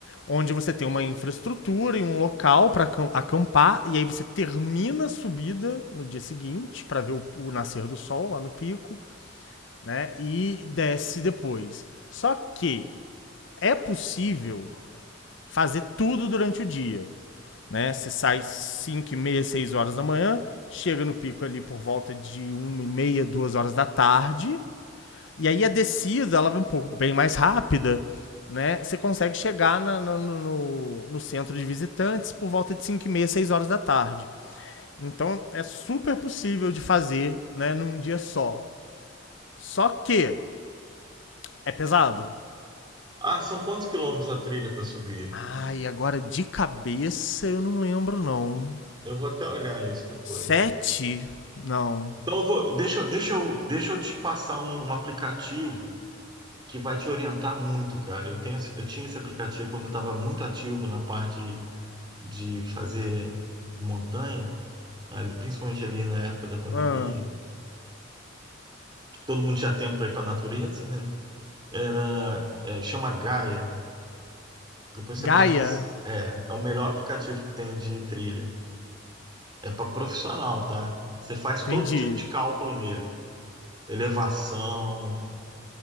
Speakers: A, on the left (about 65°); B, on the right (about 25°).
A: onde você tem uma infraestrutura e um local para acampar e aí você termina a subida no dia seguinte para ver o, o nascer do sol lá no pico, né, e desce depois. Só que é possível fazer tudo durante o dia. Né? Você sai 5, e meia, 6 horas da manhã, chega no pico ali por volta de uma e meia, 2 horas da tarde, e aí a descida ela vai um pouco bem mais rápida, né? Você consegue chegar na- no, no- no centro de visitantes por volta de 5 e meia, 6 horas da tarde. Então é super possível de fazer né, num dia só. Só que é pesado.
B: Ah, são quantos quilômetros a trilha para subir?
A: Ai, agora de cabeça eu não lembro, não.
B: Eu vou até olhar isso depois.
A: Sete? Não.
B: Então, eu vou, deixa, eu- deixa, eu, deixa eu te passar um, um aplicativo que vai te orientar muito, cara. Eu, tenho, esse- eu tinha esse aplicativo quando eu estava muito ativo na parte de fazer montanha, ali- principalmente ali na época da pandemia.
A: Ah,
B: Todo mundo tinha tempo para ir para a natureza, né? Era, é, chama Gaia. Depois
A: Gaia,
B: você baixa esse. É, é o melhor aplicativo que tem de trilha. É para profissional, tá? Você faz
A: entendi.
B: todo tipo de cálculo nele, elevação,